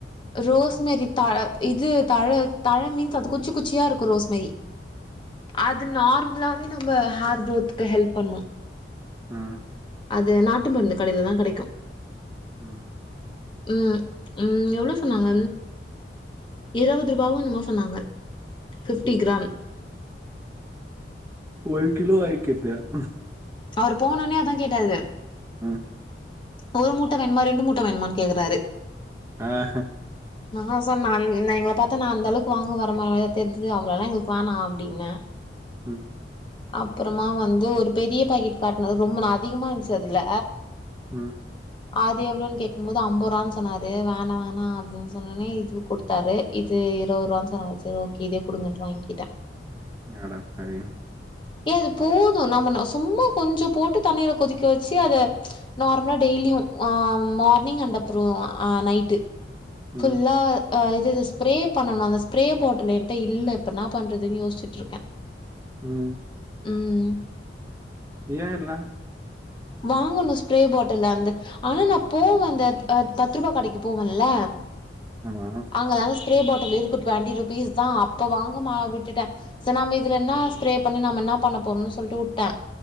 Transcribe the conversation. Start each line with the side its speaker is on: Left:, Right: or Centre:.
Left: ரோஸ்மரி த இது தழ தழ மீன்ஸ் அது குச்சி குச்சியா இருக்கு ரோஸ்மெரி அது நார்மலாவே நம்ம ஹேர் குரோத்துக்கு ஹெல்ப் பண்ணு
Right: ம்
Left: அது நாட்டு மருந்து கடையில தா கெடைக்கு
Right: ம்
Left: ம் ம் எவ்ளோ சொன்னாங்கன் இருவது ரூபா என்னமோ சொன்னாங்க பிப்டி
Right: ஓ
Left: கிராம்
Right: ஒரு கிலோ <unintelligible>
Left: அவரு போன ஒன்னே அதா கேட்டாரு
Right: ம்
Left: ஒரு மூட்ட வேன்மா ரண்டு மூட்ட வேன்மான்னு கேக்குறாரு
Right: அ ஹ
Left: நா சொன்ன நா அ எங்கள பாத்தா நா அந்தளவுக்கு வாங்க வர மாரியா தெர்து அவ்ளோல்லா எங்களுக்கு வேணா அப்டின்னே
Right: ம்
Left: அப்றமா வந்து ஒரு பெரிய பாக்கெட் காட்னது ரொம்போ ந அதிகமா இருந்துச்சு அதுல
Right: ம்
Left: அது எவ்வளோன் கேக்குபோது ஐம்பது ரூபான்னு சொன்னாரு வேணா வேணா அப்டின்னு சொன்ன ஒன்னே இது குடுத் குடுத்தாரு இது இருவரூபான்னு சொன்னாரு செரி ஓகே இதே குடுங்கன்ட்டு வாங்கிட்டே
Right: அட பாவிங்ளா
Left: ஏ அது போது நம்ம சும்மா கொஞ்சோ போட்டு தண்ணீல கொதிக்க வெச்சு அத நார்மலா டெய்லியு அ மார்னிங் அண்டு அப்றோ நைட்டு ஃபுல்லா
Right: ம்
Left: ஆ இது இது ஸ்ப்ரே பண்ணணு அந்த ஸ்பரே பாட்டில் என்ட்ட இல்ல இப்போ இன்னா பண்ணுறதுன்னு யோசிச்சுட்டுருக்கே
Right: ம்
Left: ம்
Right: ஏ இல்ல
Left: வாங்கணு ஸ்ப்ரே பாட்டில் அந்த ஆனா நா போவே அந்த பத்து ரூவா கடைக்கு போவேன்ல
Right: ஆமா
Left: அங்கதாங்க ஸ்ப்ரே பாட்டில் இருக்கு ட்வெண்ட்டி ருப்பீஸ் தா அப்போ வாங்கமா விட்டுட்டே செர் நம்ம இதுல ன்னா ஸ்ப்ரே பண்ணி நம்ம என்னா பண்ண போறோம்னு சொல்லிட்டு உட்டே